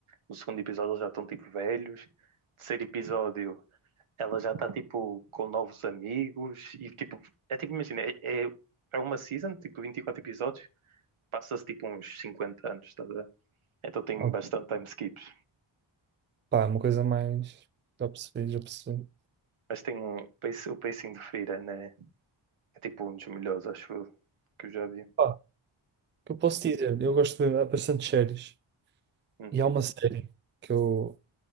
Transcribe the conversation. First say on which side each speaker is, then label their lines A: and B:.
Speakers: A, on the right; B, on the right.
A: No segundo episódio, eles já estão, tipo, velhos. Terceiro episódio, ela já está, tipo, com novos amigos. E, tipo, é tipo, imagina, é, é, é uma season, tipo, 24 episódios. Passa-se, tipo, uns 50 anos, estás a ver? Então tem
B: Ah,
A: bastante time skips.
B: pá, uma coisa mais. Já percebi, já percebi.
A: Mas tem um, o pacing de Freira, né? É, tipo, um dos melhores, acho eu, que eu já vi.
B: Pá, o que eu posso dizer? Eu gosto de ver bastante séries.
A: Uhum,
B: E há uma série que eu,